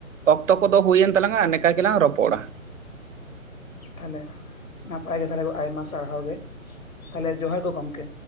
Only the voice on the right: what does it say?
ᱚᱠᱛᱚ ᱠᱚᱫᱚ ᱦᱩᱭᱮᱱ ᱛᱟᱞᱟᱝᱼᱟ ᱟᱨ ᱱᱮᱝᱠᱟ ᱜᱮᱞᱟᱝ ᱨᱚᱯᱚᱲᱟ᱾